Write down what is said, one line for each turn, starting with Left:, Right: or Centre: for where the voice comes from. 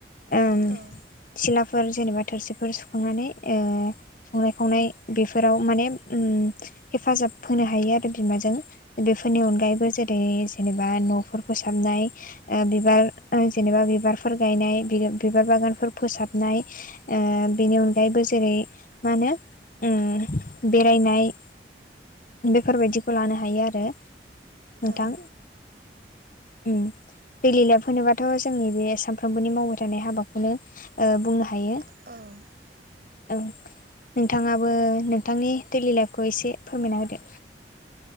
Left: उम
Right: औ
Left: सिलाफोर जेनेबा थोरसिफोर सुखांनानै ओ संनाय खावनाय बेफोराव माने उम हेफाजाब होनो हायो आरो बिमाजों बेफोरनि अनगायैबो जेरै जेनेबा न'फोर फोसाबनाय ओ बिबार जेनेबा बिबारफोर गायनाय बिबार बागानफोर फोसाबनाय ओ बेनि अनगायैबो जेरै मा होनो उम बेरायनाय बेफोरबायदिखौ लानो हायो आरो नोंथां
Right: औ
Left: उम दै ल लाप होनोबाथ' जोंनि बे सामफ्रोमबोनि मावबाय थानाय हाबाखौनो ओ बुंनो हायो
Right: औ
Left: ओं नोंथाङाबो नोंथांनि दैलि लाइफखौ एसे फोरमायना होदो